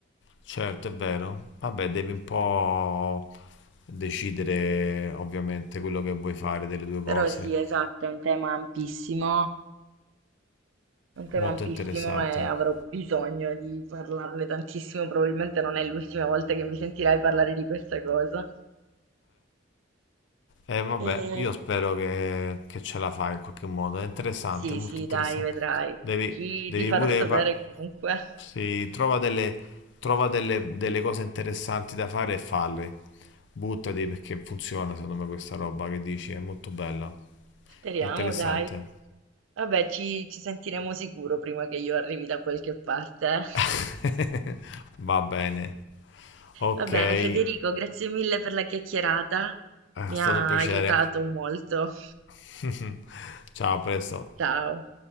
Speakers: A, on the left (about 60°); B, on the right (about 80°).
A: Certo, è vero. Vabbè, devi un po' decidere ovviamente quello che vuoi fare delle due
B: Però
A: cose.
B: sì, esatto, è un tema ampissimo, è un tema
A: Molto
B: ampissimo
A: interessante.
B: e avrò bisogno di parlarne tantissimo, probabilmente non è l'ultima volta che mi sentirai parlare di questa cosa.
A: E vabbè,
B: E
A: io spero che, che ce la fai in qualche modo. È interessante,
B: Sì,
A: è molto
B: sì,
A: interessante.
B: dai, vedrai.
A: Devi,
B: Ti,
A: devi
B: ti farò
A: pure...
B: sapere
A: pa-
B: comunque.
A: sì, trova delle, trova delle, delle cose interessanti da fare e falle. Buttati perché funziona, secondo me, questa roba che dici. È molto bella.
B: Speriamo,
A: È interessante.
B: dai. Vabbè, ci, ci sentiremo sicuro prima che io arrivi da qualche parte. eh.
A: <laughs> Va bene. Ok,
B: Va bene,
A: è
B: Federico, grazie mille per la chiacchierata. Mi
A: stato
B: ha
A: un piacere.
B: aiutato molto.
A: <laughs> Ciao, a presto.
B: Ciao.